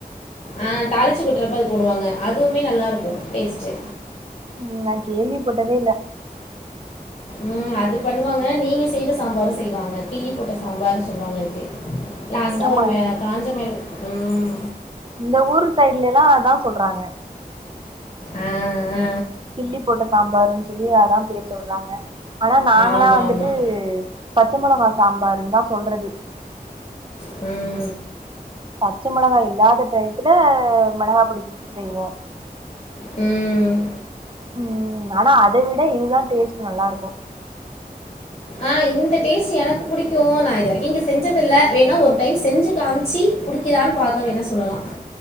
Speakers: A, on the left; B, on the right.
A: அ தாளிச்சு கொட்றப்ப அது போடுவாங்க அதுவுமே நல்லாருக்கூ டேஸ்ட்டு
B: ம் நா கேள்வி பட்டதே இல்ல
A: ம் அது பண்ணுவாங்க நீங்க செய்யற சாம்பாரு செய்வாங்க கிள்ளி போட்ட சாம்பாரு சொல்லுவாங்க அதுக்கு லாஸ்ட்டா
B: ம் ஆமா
A: ஒரு அ காஞ்ச மாரி ம்
B: இந்த ஊர் சைட்ல எல்லா அதா சொல்றாங்க
A: அ அ
B: கிள்ளி போட்ட சாம்பாருன் சொல்லி அதா பேர் சொல்றாங்க ஆனா நாங்களா
A: ஆமாம்
B: வந்துட்டு
A: ஆமாம்
B: பச்ச மொளகா சாம்பாருன் தா சொல்றது
A: அ
B: பச்ச மெளகா இல்லாத டயத்துல மெளகா பொடி போட்டு செய்வோ
A: ம்
B: ம் ஆனா அத விட இதுதா டேஸ்ட் நல்லாருக்கூ
A: ஆ இந்த டேஸ்ட் எனக்கு புடிக்கு நா இது வரைக்கு இங்க செஞ்சது இல்ல வேணா ஒரு டைம் செஞ்சு காமிச்சு புடி க்கிதான் பாக்க வேணா சொல்லலா